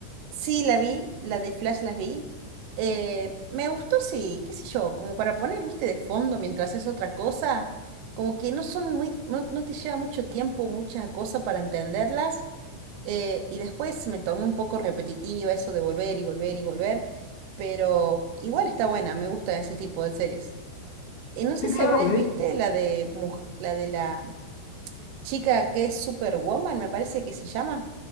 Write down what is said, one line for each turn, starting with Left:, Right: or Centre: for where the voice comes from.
Right: Sí, la vi, la de Flash las vi. Eh, me gustó, sí, qué sé yo, como para poner, viste, de fondo mientras es otra cosa, como que no son muy, no, no te lleva mucho tiempo, mucha cosa para entenderlas. eh, y después me tornó un poco repetitiva eso de volver y volver y volver, pero igual está buena, me gusta ese tipo de series. Eh, no
Left: Sí,
Right: sé si
Left: claro,
Right: alguna
Left: de
Right: vez viste
Left: hecho.
Right: la de, muj- la de la chica que es Superwoman, me parece que se llama,